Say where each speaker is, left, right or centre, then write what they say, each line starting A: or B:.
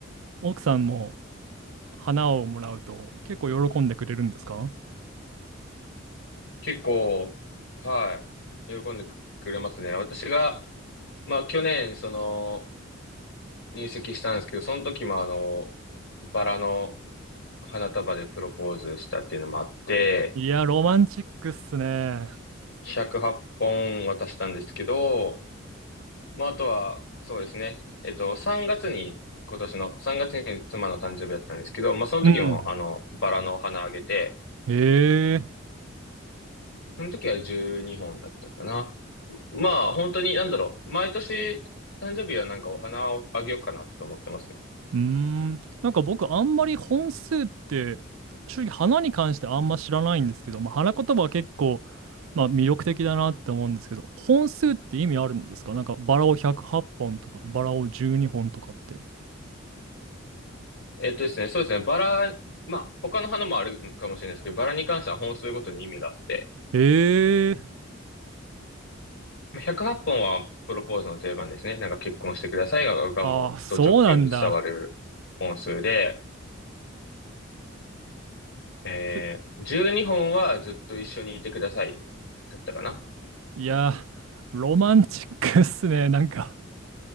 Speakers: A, on the right; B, on the left.
A: 奥さんも花をもらうと結構喜んでくれるんですか
B: 結構、はい、喜んでくれますね。私が、まあ去年、その、入籍したんですけど、その時もあの、バラの花束でプロポーズしたっていうのもあって、
A: いや、ロマンチックっすね。
B: 108本渡したんですけど、まああとは、そうですね、えっと、3月に、今年の3月に妻の誕生日だったんですけど、まあその時もあの、
A: うん。
B: バラの花あげて、
A: へえ。
B: その時は12本だったかな。まあ、本当に、なんだろう。毎年、誕生日はなんかお花をあげようかなと思ってますね。
A: うーん。なんか僕、あんまり本数って、正直花に関してあんま知らないんですけど、まあ、花言葉は結構、まあ、魅力的だなって思うんですけど、本数って意味あるんですかなんかバラを108本とか、バラを12本とかって。
B: えっとですね、そうですね、バラ、まあ、他の花もあるかもしれないですけど、バラに関しては本数ごとに意味があって、
A: ええ
B: まあ108本はっぽんはプロポーズの定番ですね。なんか結婚してくださいが、がもう、
A: ああ、そうなんだ。
B: ド直球に伝わる本数で、えー、
A: す
B: 12本はずっと一緒にいてください。だったかな。
A: いや、ロマンチックっすね。<laughs> なんか、